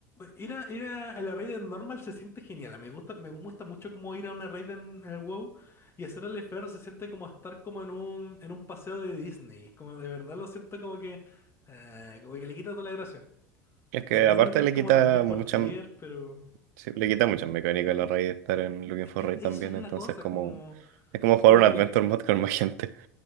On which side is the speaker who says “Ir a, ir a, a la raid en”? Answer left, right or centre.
Left